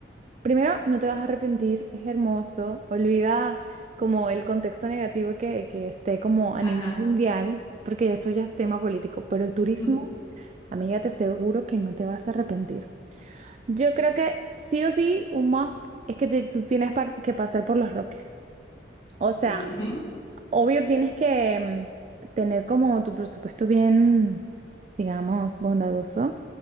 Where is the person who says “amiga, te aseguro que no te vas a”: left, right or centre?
Right